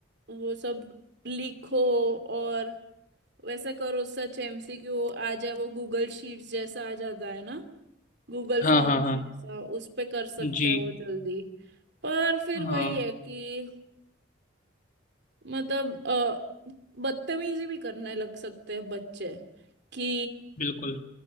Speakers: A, on the right; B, on the left.
A: वो सब लिखो और वैसा करो सच एमसीक्यू आ जाए वो गूगल शीट्स जैसा आ जाता है ना गूगल
B: हाँ
A: फॉर्म्स
B: हाँ हाँ
A: जैसा उस पे कर सकते
B: जी
A: हैं वो जल्दी पर फिर
B: हाँ
A: वही है कि मतलब अ, बदतमीजी भी करने लग सकते हैं बच्चे कि
B: बिल्कुल